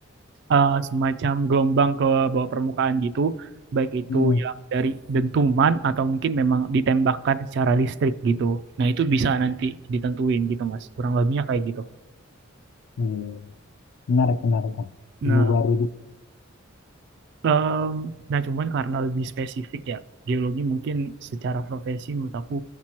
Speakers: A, on the right (about 55°); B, on the left (about 65°).
A: eh, semacam gelombang ke bawah permukaan gitu, baik itu
B: Hmm,
A: yang dari dentuman atau mungkin memang ditembakkan secara listrik gitu. Nah, itu bisa nanti ditentuin gitu Mas, kurang lebihnya kayak gitu.
B: iya. Menarik, menarik. Kak.
A: Nah,
B: Ilmu baru gitu.
A: Em, nah, cuman karena lebih spesifik ya, geologi mungkin secara profesi menurut aku